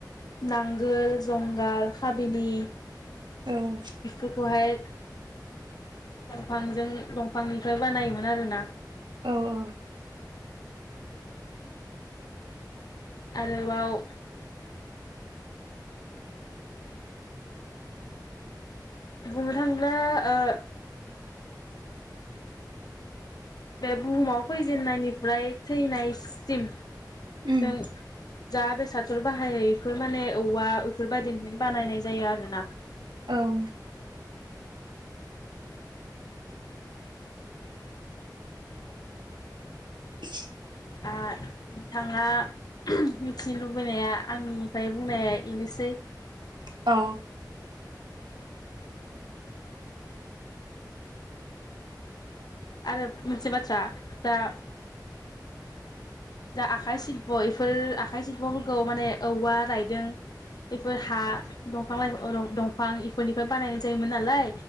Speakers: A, on the left; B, on the right.
A: नांगोल जंगाल हाबिलि
B: ओं
A: बिफोरखौहाय दंफांजों दंफांनिफ्राय बानायोमोन आरोना
B: औ औ
A: आरोबाव बुंनो थाङोब्ला ओ बे बुहुमाव फैजेननायनिफ्राय थैनायसिम
B: उम
A: जों जा बेसादफोर बाहायै इफोर माने औवा बेफोरबायदिनिफ्रायनो बानायनाय जायो आरोना
B: औ <inaudible>
A: दा नोंथाङा मिथिनो लुबैनाया आंनिफ्राय बुंनाया इनोसै
B: औ
A: आरो मोनसे बाथ्रा दा जा आखाइ शिल्प फोर आखाइ शिल्पफोरखौ माने औवा रायदों बेफोर हा दंफां लाइफा औ र दंफां इफोरनिफ्राय बानायनाय जायोमोन नालाय